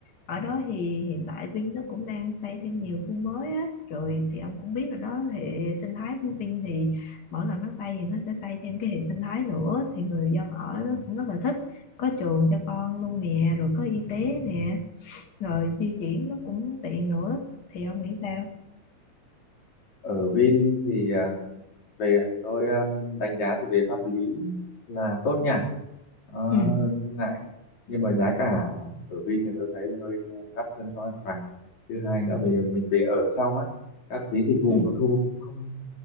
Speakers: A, on the left; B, on the left.
A: ở đó thì hiện tại Vin nó cũng đang xây thêm nhiều khu mới á rồi thì ông cũng biết rồi đó hệ sinh thái của Vin thì mỗi lần nó xây thì nó sẽ xây thêm cái hệ sinh thái nữa thì người dân ở
B: Ừ.
A: đó cũng rất là thích có trường cho con luôn nè rồi có y tế nè rồi di chuyển nó cũng tiện nữa thì ông nghĩ sao
B: ở Vin thì à, về tôi um, đánh giá thì về pháp lý là tốt nha Ờ,
A: ừ
B: không ngại nhưng mà giá cả ở Vin này tôi thấy là hơi uh, đắt hơn so với mặt bằng thứ hai nữa về mình về ở xong á các phí dịch vụ
A: ừ
B: nó thu cũng không